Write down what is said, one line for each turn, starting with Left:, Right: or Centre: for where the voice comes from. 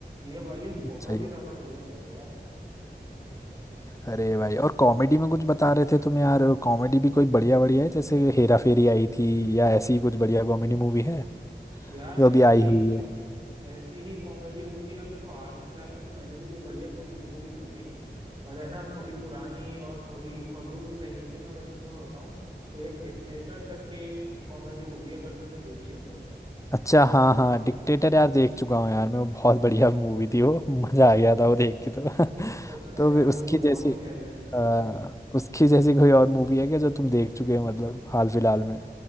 Right: ये वाली
Left: अच्छा
Right: बहुत
Left: ही
Right: ही
Left: है।
Right: ज्यादा बढ़िया है उससे यार
Left: अरे भाई और कॉमेडी में कुछ बता रहे थे तुम यार कॉमेडी भी कोई बढ़िया बढ़िया है जैसे हेरा फेरी आई थी या ऐसी ही कुछ बढ़िया कॉमेडी मूवी है
Right: यार
Left: जो
Right: ऐसी
Left: अभी आई हुई
Right: ही
Left: है
Right: ऐसी ही कॉमेडी मूवी यार देखो हाल फिलहाल में तो मैंने भी कोई बढ़िया कॉमेडी मूवी देखी नहीं है पर है ना थोड़ी पुरानी और थोड़ी हॉलीवुड साइड की ना अगर मैं तुम्हें बताऊं तो एक डिक्टेटर करके एक कॉमेडी मूवी है अगर तुमने देखी हो तो
Left: अच्छा हाँ हाँ डिक्टेटर यार देख चुका हूँ यार मैं वो बहुत बढ़िया मूवी थी वो मजा आ गया था वो देख के तो <laughs>
Right: सच में
Left: तो
Right: यार
Left: फिर
Right: वो
Left: उसकी
Right: तो बहुत
Left: जैसी
Right: ही प्यारी थी
Left: आ, उसकी जैसी कोई और मूवी है क्या जो तुम देख चुके हो मतलब हाल फिलहाल में